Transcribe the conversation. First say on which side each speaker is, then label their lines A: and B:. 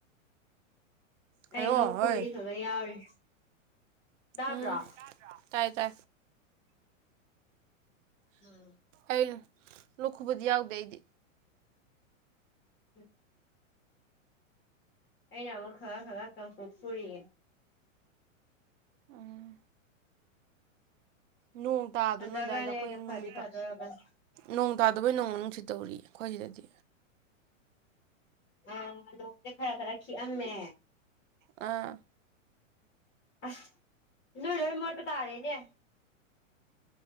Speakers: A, on the right (about 65°); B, on the left (about 30°).
A: ꯈꯩꯔꫭ
B: ꯑꯩ ꯂꯣꯛ ꯈꯨꯕꯗꯤ
A: ꯍꯣꯏ
B: ꯈꯒ ꯌꯥꯎꯔꯤ ꯇꯥꯗ꯭ꯔꯣ
A: ꯎꯝ ꯇꯥꯏ ꯇꯥꯏ
B: ꯎꯝ
A: ꯑꯩꯅ ꯂꫭꯛꯈꯨꯕꯗꯤ ꯌꯥꯎꯗꯦ ꯑꯩꯗꯤ
B: <unintelligible> ꯑꯩꯅ ꯑꯃꯨꯛ ꯈꯔ ꯈꯔ ꯀꯥꯡꯈꯨ ꯈꯨꯔꯤꯌꯦ
A: ꯎꯝ ꯅꯣꯡ ꯇꯥꯗ꯭ꯔꫭ
B: ꯐꯖꯈ꯭ꯔꯅꯤ
A: ꯅꫭꯏ ꯑꯗꯨꯗꯥꯋꯥꯏꯗ ꯑꯩꯈꯣꯏ
B: ꯑꯩꯗꯣ ꯐꯗꯤ
A: ꯅꯣꯡ
B: ꯐꯗꯣꯔꯕꯅꯤ
A: ꯅꯣꯡ ꯇꯥꯗꯕꯩ ꯅꯣꯡ ꯃꯅꯨꯡ ꯅꯨꯡꯁꯤ ꯇꯧꯔꯤ ꯑꯩꯈꯣꯏ ꯁꯤꯗꯗꯤ
B: ꯑ ꯅꯣꯡꯁꯦ ꯈꯔ ꯈꯔ ꯈꯤꯛꯑꯝꯃꯦ
A: ꯑꯥ
B: ꯑꯁ ꯅꯣꯏ ꯂꯣꯏ ꯃꯣꯠꯄ ꯇꯥꯔꯦꯅꯦ